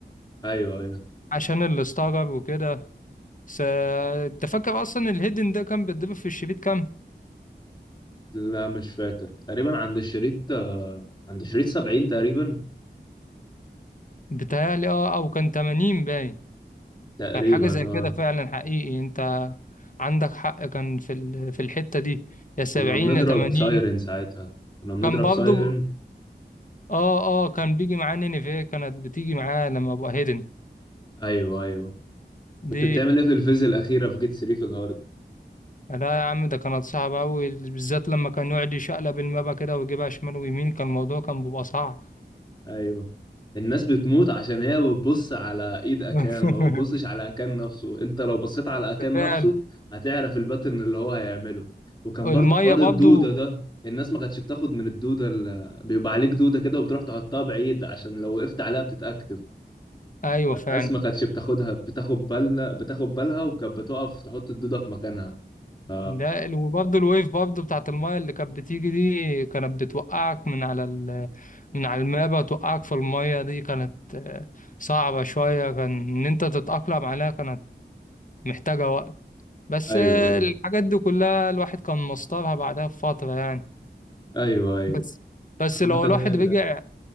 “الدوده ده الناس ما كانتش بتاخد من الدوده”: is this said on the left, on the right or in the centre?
Left